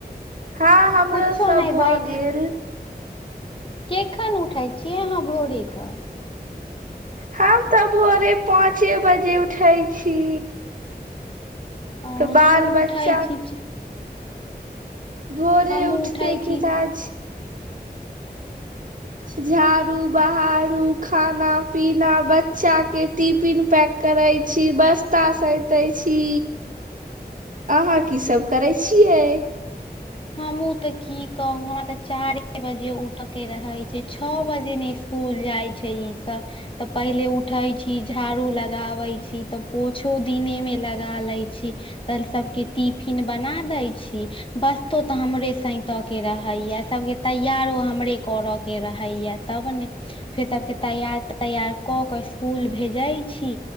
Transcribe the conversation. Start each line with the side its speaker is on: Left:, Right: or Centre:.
Right: हँ हमरो
Left: कुछो
Right: सब
Left: नहि
Right: भऽ
Left: बैठ
Right: गेल।
Left: केखन उठय छियै अहाँ भोरे कऽ।
Right: हम तऽ भोरे पाँंचे बजे उठै छी।
Left: हमहुँ
Right: तऽ बाल बच्चा।
Left: उठै छी
Right: भोरे
Left: हमहुँ
Right: उठत
Left: उठै
Right: कि
Left: छी
Right: काज झाड़ू बहारू खाना पीना बच्चा के टिफिन पैक, करै छी बस्ता सइतै छी, अहाँ की सब करै छियै।
Left: हमहु तऽ की कहू हमरा तऽ चारे बजे उठ के रहे छैय छ बजे नै स्कूल, स्कूल जाइ छैय ई सब तऽ पहिले उठे छी झाड़ू लगाबै छी तऽ पोछो दिनेमे लगा लै छी। तऽ सबके टिफिन बना दै छी बस तो तऽ हमरे सैईतऽके ऽके रहैया सबके तैयारो हमरे करऽके रहैया तब नै फेर सबके तैयार तैयार कऽ कऽ स्कुल भेजै छी